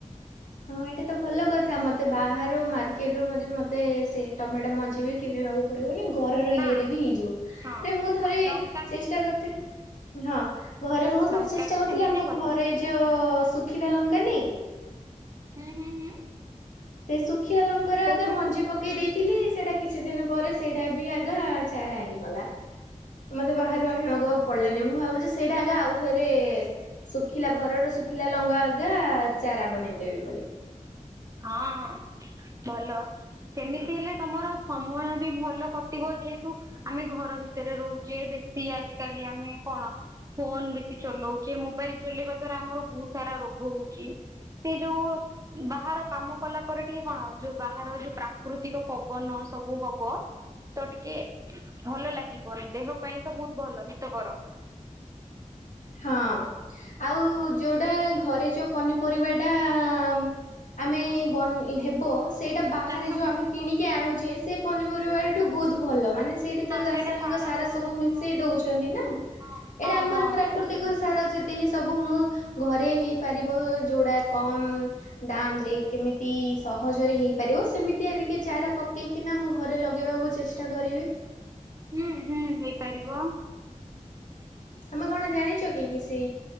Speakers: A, on the left (about 70°); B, on the right (about 25°).
A: ହଁ ଏଇଟା ତ ଭଲ କଥା ମତେ ବାହାରୁ ମାର୍କେଟ ରୁ ମଧ୍ୟ ମତେ ସେ ଟମାଟୋ ମଞ୍ଜି ବି କେ। ପଡିବନ ଘରର
B: ନା
A: ଇଏରେ ବି ହେଇଯିବ
B: ହଁ
A: ମୁଁ ଥରେ
B: ଆଉ ଲଙ୍କା ବି
A: ଚେଷ୍ଟା କରିଥିଲି <unintelligible> ହଁ ଘରେ ମୁଁ ଥରେ
B: ଲଙ୍କା
A: ଚେଷ୍ଟା
B: ବି
A: କରୁଥିଲି
B: ସେମିତି
A: ଆମ
B: କରିବ।
A: ଘରେ ଯୋ ଶୁଖିଲା ଲଙ୍କା ନାଇଁ
B: ହୁଁ ହୁଁ ହୁଁ।
A: ସେ ଶୁଖିଲା ଲଙ୍କାର
B: ସେ
A: ଆଗେ
B: ଶୁଖିଲା
A: ମଞ୍ଜି ପକେଇ ଦେଇଥିଲି ସେଟା କିଛି ଦିନ ପରେ ସେଇଟା ବି ଆଗା ଚାରା ହେଇଗଲା ମତେ ବାହାରୁ ଆଣିବାକୁ ଆଉ ପଡିଲାନି ମୁଁ ଭାବୁଛି ସେଇଟା ଆଗା ଆଉ ଥରେ ଶୁଖିଲା ଘରର ଶୁଖିଲା ଲଙ୍ଗା ଆଗା ଚାରା ବନେଇଦେବି ବୋଲି
B: ହଁ ହଁ <unintelligible> ଭଲ ସେମିତି ହେଲେ ତମର ସମୟ ବି ଭଲ କଟିବ ଯେହେତୁ ଆମେ ଘର ଭିତରେ ରହୁଛେ ବେଶି ଆଜିକାଲି ଆମେ କଣ ଫୋନ ବେଶୀ ଚଲଉଛେ ମୋବାଇଲ ଚଲେଇବା ାର ଆମର ବହୁତ ସାରା ରୋଗ ହଉଛି ସେ ଯୋଉ ବାହାର କାମ କଲା ପରେ ଟିକେ କଣ ଯୋଉ ବାହାର ଯୋଉ ପ୍ରାକୃତିକ ପବନ ସବୁ ହବ ପା <unintelligible> ତ ଟିକେ ଭଲ ଲାଗିବନ ଦେହ ପାଇଁ ତ ବହୁତ ଭଲ ହିତକର
A: ହଁ, ଆଉ ଯୋଉଟା ଘରେ ଯୋଉ ପନିପରିବା ଟାଆଆଆ ଆମେ ବ ହେବ ସେଇଟା ବାହାରେ
B: ଚାଷ
A: ଯେଉଁ
B: ହଁ
A: ଆମେ କିଣିକି ଆଣୁଛେ ସେଇ ପନିପରିବାଠୁ ବହୁତ ଭଲ ମାନେ ସେଇଠି ତ ରାସାୟନିକ
B: ସେଇଟା
A: ସାର
B: ପଡୁନଥିବ
A: ସବୁ ମିଶେଇ ଦଉଛନ୍ତି ନା ଏଇଟା
B: ହଁ ହଁ
A: ଆମର
B: ହଁ।
A: ପ୍ରାକୃତିକ <unintelligible> ଯେତ ହି ସବୁ ମୁ ଘରେ ହେଇପାରିବ ଯୋଉଟା କମ ଦାମ ରେ ଏମିତି ସହଜରେ ହେଇପାରିବ ସେମିତିଆ ଟିକେ ଚାରା ପକେଇକିନା ମୁଁ ଘରେ ଲଗେଇବାକୁ ଚେଷ୍ଟା କରିବି ବିପ୍ <unintelligible>
B: ହୁଁ ହୁଁ ହେଇପାରିବ।
A: ତମେ କଣ ଜାଣିଛ କି କି ସେ